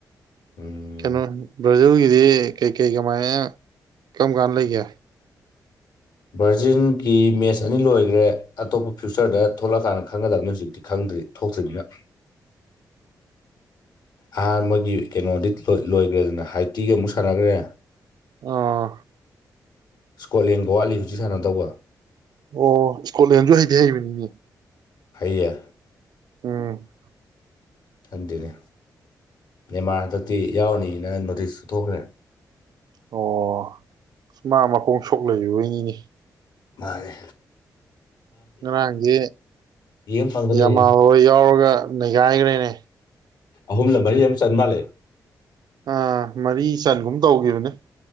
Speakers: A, on the left; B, on the right.
A: ꯎꯝ
B: ꯀꯩꯅꯣ ꯖꯒ ꯁꯤ ꯀꯩ ꯀꯩ ꯀꯃ ꯀꯃꯀ ꯂꯩ ꯀ
A: ꯚꯔꯖꯤꯟꯒꯤ ꯃꯦꯠꯁ ꯑꯅꯤ ꯂꯣꯏꯈ꯭ꯔꯦ ꯑꯇꯣꯞꯄ ꯐ꯭ꯌꯨꯆꯔꯗ ꯊꯣꯛꯂꯛꯑꯀꯥꯟꯗ ꯈꯪꯒꯗꯕꯅꯤ ꯍꯧꯖꯤꯛꯇꯤ ꯈꯪꯗ꯭ꯔꯤ ꯊꯣꯛꯇ꯭ꯔꯤꯅꯤꯅ ꯑꯍꯥꯟꯕ ꯃꯣꯏꯒꯤ ꯀꯩꯅꯣꯗꯤ ꯂꯣꯏꯈ꯭ꯔꯦꯗꯅ ꯍꯥꯏꯇꯤꯒꯤ ꯑꯃꯨꯛ ꯁꯥꯟꯅꯈ꯭ꯔꯦ
B: ꯑꯥ
A: ꯁꯀꯣꯂ ꯒꯣꯋꯥꯂꯤ ꯍꯧꯖꯤ ꯁꯥꯟꯅ ꯇꯧꯕ
B: ꯑꯣ ꯏꯁꯀꯣꯠꯂꯦꯟꯁꯨ ꯍꯩꯗꯤ ꯍꯩꯕꯅꯤꯅꯦ
A: ꯐꯌꯦꯌꯦ
B: ꯎꯝ
A: ꯈꯟꯗꯦꯅꯦ ꯅꯃꯥ ꯍꯟꯗꯛꯇꯤ ꯌꯥꯎꯔꯅꯤꯅ ꯅꯣꯇꯤꯁꯁꯨ ꯊꯣꯛꯈ꯭ꯔꯦ
B: ꯑꯣ ꯃꯥ ꯃꯈꯣꯡ ꯁꯣꯛ ꯂꯩꯕꯣꯏꯅꯤꯅꯦ
A: ꯃꯥꯔꯦ
B: ꯉꯔꯥꯡꯁꯤ
A: ꯌꯦꯡ ꯐꯪꯗ
B: ꯌꯥꯝꯃꯥ
A: ꯂꯩꯔꯤꯅꯤ
B: ꯍꯣꯏ ꯌꯥꯎꯔꯒ ꯅꯩꯈꯥꯏꯈ꯭ꯔꯦꯅꯦ
A: ꯑꯍꯨꯝꯂ ꯃꯔꯤ ꯑꯃ ꯆꯟ ꯃꯥꯜꯂꯦ
B: ꯑꯥ ꯃꯔꯤ ꯆꯟꯒꯨꯝ ꯇꯧꯈꯤꯕꯅꯦ